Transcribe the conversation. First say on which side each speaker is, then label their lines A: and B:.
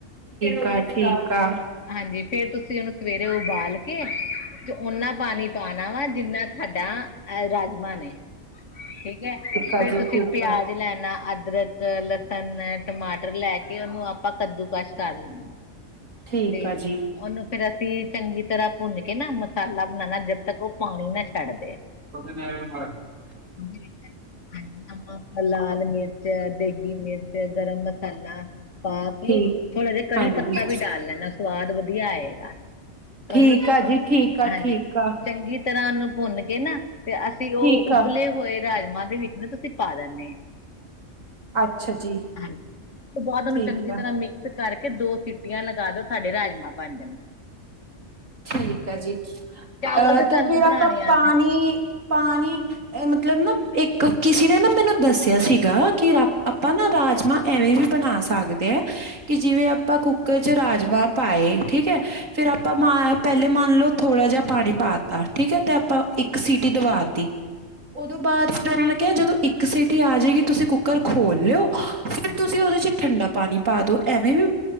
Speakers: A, on the right (about 85°); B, on the left (about 70°).
A: ਕ ਆ ਠੀਕ ਆ
B: ਹਾਂਜੀ ਫੇਰ ਤੁਸੀਂ ਉਹਨੂੰ ਸਵੇਰੇ ਉਬਾਲ ਕੇ ਤੇ ਓਨਾ ਪਾਣੀ ਪਾਣਾ ਵਾ ਜਿੰਨਾ ਥਾਡਾ ਅਹ ਰਾਜਮਾਂ ਨੇ ਠੀਕ ਹੈ
A: ਆ
B: ਫੇਰ
A: ਜੀ
B: ਤੁਸੀਂ
A: ਠੀਕ
B: ਪਿਆਜ
A: ਆ
B: ਲੈਨਾ ਅਦਰਕ ਕ ਲਸਣ ਟਮਾਟਰ ਲੈ ਕੇ ਉਹਨੂੰ ਆਪਾਂ ਕੱਦੂ ਕਸ਼ ਕਰ ਲ
A: ਠੀਕ
B: ਤੇ
A: ਆ ਜੀ
B: ਉਹਨੂੰ ਫੇਰ ਅਸੀਂ ਚੰਗੀ ਤਰ੍ਹਾਂ ਭੁੰਨ ਕੇ ਨਾ ਮਸਾਲਾ ਬਨਾਨਾ ਜਬ ਤੱਕ ਉਹ ਪਾਣੀ ਨਾ ਛੱਡਦੇ
A: <unintelligible>
B: ਹਾਂਜੀ <unintelligible> ਨਮਕ ਲਾਲ ਮਿਰਚ ਦੇਗੀ ਮਿਰਚ ਗਰਮ ਮਸਾਲਾ ਪਾ ਕੇ
A: ਠੀਕ
B: ਥੋੜ੍ਹਾ ਜਿਹਾ ਕੜੀ
A: ਹਾਂਜੀ
B: ਪੱਤਾ ਵੀ ਡਾਲ ਲੈਨਾ ਸਵਾਦ ਵਧੀਆ ਆਏਗਾ <unintelligible>
A: ਠੀਕ
B: ਉਹਨੂੰ
A: ਆ ਜੀ ਠੀਕ ਆ
B: ਹਾਂਜੀ
A: ਠੀਕ ਆ
B: ਚੰਗੀ ਤਰ੍ਹਾਂ ਨੂੰ ਭੁੰਨ ਕੇ ਨਾ ਤੇ ਅਸੀਂ ਉਹ
A: ਠੀਕ
B: ਉਬਲੇ
A: ਆ
B: ਹੋਏ ਰਾਜਮਾਂ ਦੇ ਵਿੱਚ ਨਾ ਤੁਸੀਂ ਪਾ ਦਿੰਨੇ ਆ
A: ਅੱਛਾ ਜੀ
B: ਹਾਂ ਬਾਦ ਉਹਨੂੰ
A: ਠੀਕ
B: ਚੰਗੀ
A: ਆ
B: ਤਰ੍ਹਾਂ ਮਿ ਕਸ ਕਰਕੇ ਦੋ ਸਿੱਟੀਆਂ ਲਗਾ ਦੋ ਸਾਡੇ ਰਾਜਮਾਂ ਬਣ
A: ਠੀਕ ਆ ਜੀ ਅਹ
B: ਚਾਵਲ ਤਾਂ ਤੁਹਾਨੂੰ
A: ਤੇ ਫਿਰ
B: ਬਣਾਣੇ
A: ਆਪਾਂ
B: ਆਂਦੇ
A: ਪਾਨੀ ਪਾਨੀ ਮਤਲਬ ਨਾ ਇੱਕ ਕਿਸੇ ਨੇ ਨਾ ਮੈਨੂੰ ਦੱਸਿਆ ਸੀਗਾ ਕਿ ਰਾ ਆਪਾਂ ਨਾ ਰਾਜਮਾਂ ਐਵੇਂ ਵੀ ਬਣਾ ਸਕਦੇ ਆ ਕਿ ਜਿਵੇਂ ਆਪਾਂ ਕੁ ਕ ਚ ਰਾਜਮਾਂ ਪਾਏ ਠੀਕ ਹੈ ਫੇਰ ਆਪਾਂ ਪਾ ਹਾਂ ਪਹਿਲੇ ਮੰਨ ਲਓ ਥੋੜਾ ਜਿਹਾ ਪਾਣੀ ਪਾ ਤਾ ਠੀਕ ਹੈ ਤੇ ਆਪਾਂ ਇੱਕ ਸੀਟੀ ਦਵਾ ਤੀ ਉਦੋ ਬਾਅਦ ਫਿਰ ਉਹਨਾਂ ਨੇ ਕਿਹਾ ਜਦੋਂ ਇੱਕ ਸੀਟੀ ਆ ਜਾਏਗੀ ਤੁਸੀਂ ਕੁੱਕਰ ਖੋਲ ਲਿਓ ਫਿਰ
B: ਹਾਂਜੀ
A: ਤੁਸੀਂ ਉਹਦੇ 'ਚ ਠੰਡਾ ਪਾਣੀ ਪਾ ਦਿਉ ਐਵੇਂ ਵੀ ਹੁ